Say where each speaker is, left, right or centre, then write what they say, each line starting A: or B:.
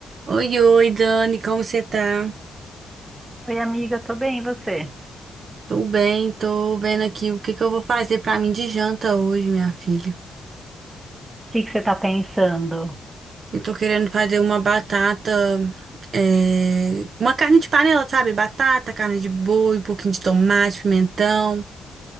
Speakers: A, on the right (about 60°); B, on the right (about 20°).
A: Oi, oi, Dani, como você tá?
B: Oi, amiga, tô bem, e você?
A: Tô bem, tô vendo aqui o que que eu vou fazer pra mim de janta hoje, minha filha.
B: O que que você tá pensando?
A: Eu tô querendo fazer uma batata, é, uma carne de panela, sabe? Batata, carne de boi, um pouquinho de tomate, pimentão.